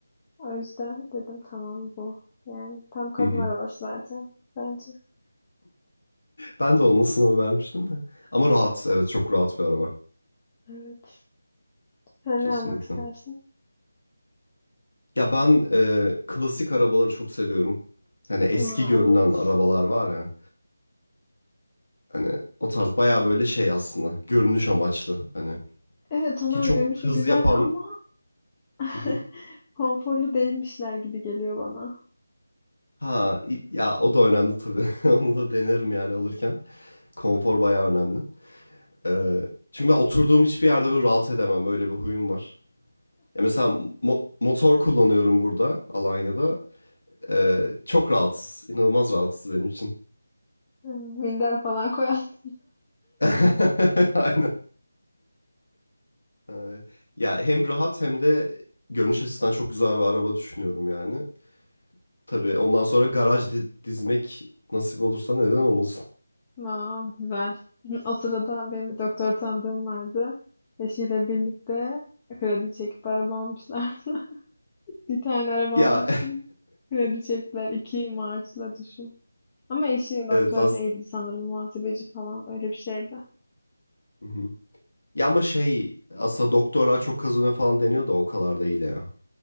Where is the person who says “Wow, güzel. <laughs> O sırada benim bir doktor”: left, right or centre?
Left